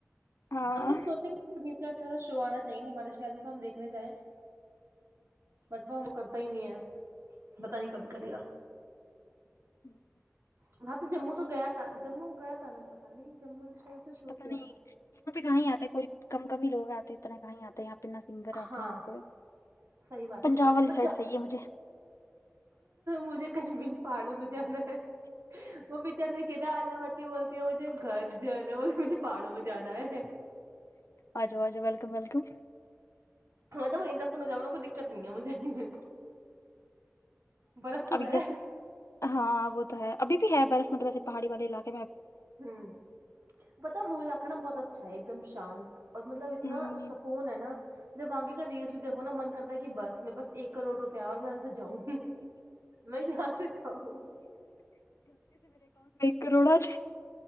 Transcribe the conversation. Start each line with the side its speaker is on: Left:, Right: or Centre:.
Left: ہاں
Right: ہم تو سوچتے کہ پنیت کا اچھا سا شو آنا چاہیے ہمارے شہر میں تو ہم دیکھنے جائیں بٹ وہ ہم کو کرتا ہی نہیں ہے پتہ نہیں کب کرے گا
Left: <inaudible>
Right: وہاں تو جموں تو گیا تھا جموں گیا تھا تھا نا پتا نہیں جموں نے شاید اس نے شو
Left: پتا
Right: کیا
Left: نہیں
Right: تھا
Left: وہاں پہ کہاں آتے کوئی کم کم ہی لوگ آتے اتنا ہ یہاں تو یہاں بنا سنگر آتے
Right: ہاں
Left: ہیں نہ کوئی
Right: صحیح بات
Left: پنجاب
Right: ہے
Left: والی
Right: بٹ
Left: سائڈ سحیح ہے مجھے
Right: مجھے کشمیر پہاڑوں میں جانا ہے وہ بچارتے ک کیاے آ بولتی ہے مجھے گھر جانا ہے نا وہ مجھے پہاڑوں میں جانا ہے
Left: آ جو آ جو ویلکم ویلکم
Right: میں تو وہیں دفن جاؤا کوئی دقت نہیں ہے مجھے برف تو
Left: ابھی
Right: ہے
Left: جیسے ہاں وہ تو ہے اب بھی ہے برف مطب ایسےہای والے علاق
Right: ہوں پتا وہلاگ رکھنا بہت اچھا ہے ایک دم شانت اور مطلب اتنا
Left: ہوں
Right: سکون ہے نا جب آگے کا ریلس بھی دیکھو ن من کرتا ہے کہ بس میں بس ایک کروڑ روپیہ اور میں یہاں سے جاؤں میں یہاں سے جاؤوں
Left: کروڑا چ